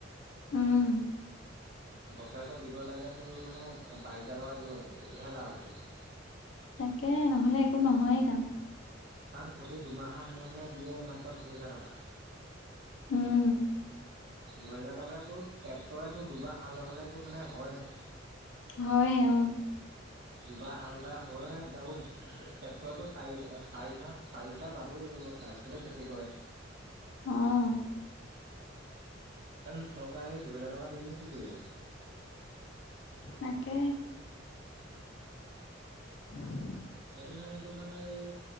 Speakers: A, on the left; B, on the right.
A: উম।
B: বছৰেকত দিব লাগে তোৰ মানে বাইছ হাজাৰ টকা দিব লাগে, তেতিয়াহে লাভ হ'ব।
A: তাকে নহ'লে একো নহয়ে কাম।
B: তাত প্ৰতি দুমাহৰ মূৰে মূৰে দিয়ে ই মাত্ৰ দুহেজাৰ টকা।
A: উম
B: দুহেজাৰ টকাটো ট্ৰেক্টৰে দুবাৰ হাল বাব'লে তোৰ মানে হয়হে।
A: হয়হে অ'।
B: দুবাৰ হাল বাই হয় তেওঁ টেক তইতো চাৰি চাৰি চাহ, চাৰি চাহ লাবই লাগিব তাৰপিছতে খেতি কৰে।
A: অ'।
B: কাৰন চৰকাৰে সেই দুহেজাৰ টকা দিনো কি কৰিব।
A: তাকে। <inaudible>
B: সেইটো মানে এই তোৰ মানে এই